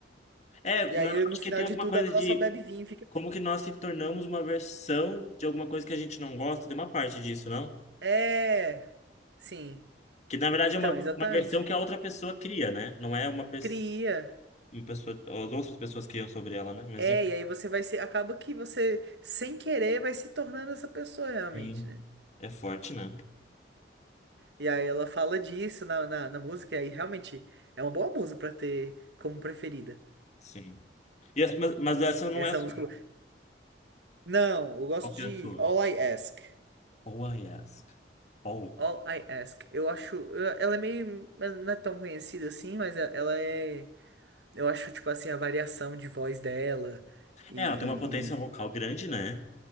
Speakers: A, on the left; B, on the right.
A: É,
B: E
A: na-
B: aí,
A: acho
B: no final
A: que tem
B: de
A: alguma
B: tudo,
A: coisa
B: ela
A: de
B: só bebe vinho e fica
A: como
B: bem.
A: que nós se tornamos uma versão de alguma coisa que a gente não gosta. Tem uma parte disso, não?
B: É, sim.
A: Que na verdade
B: Então,
A: é uma,
B: exatamente.
A: uma versão que a outra pessoa cria, né? Não é uma, pe
B: Cria.
A: uma pessoa. As outras pessoas criam sobre ela, né? Mas
B: É, e aí você vai ser. Acaba que você, sem querer, vai se tornando essa pessoa realmente,
A: enfim,
B: né?
A: é forte, né?
B: E aí ela fala disso na, na, na música, e aí realmente é uma boa música pra ter como preferida.
A: Sim. E essa- mas, mas essa não
B: Essa
A: é a sua,
B: música. Não, eu gosto
A: qualquer
B: de
A: sua.
B: All I Ask.
A: Oh, I ask. Oh.
B: All I Ask. Eu acho. eu- Ela é meio. Não é tão conhecida assim, mas e- ela é. Eu acho, tipo assim, a variação de voz dela. E.
A: É,
B: e-
A: ela tem uma potência vocal
B: e-
A: grande, né?